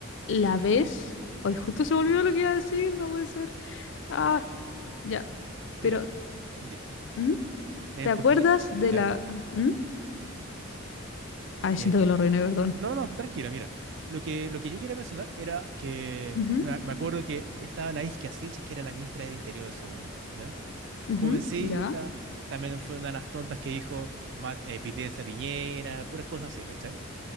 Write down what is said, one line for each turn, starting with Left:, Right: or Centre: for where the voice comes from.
Left: la vez. Hoy justo se me olvidó lo que iba a decir, no puede ser. Ah, ya. Pero,
Right: Mira, dime.
Left: ¿mm?
Right: Eh,
Left: ¿te acuerdas
Right: porque,
Left: de
Right: ¿ya?
Left: la. ¿mm? Ay,
Right: Eh,
Left: siento que lo reiné, perdón.
Right: No, no, tranquila, mira. Lo que, lo que yo quería mencionar era que
Left: Ujú,
Right: me me acuerdo que estaba la Iskia Siches, que era la ministra del Interior en su momento, ¿ya?
Left: ujú,
Right: Jovencita,
Left: ya.
Right: también fue una de las tontas que dijo Mat, eh, Pitencia Piñera, puras cosas así, ¿cachai?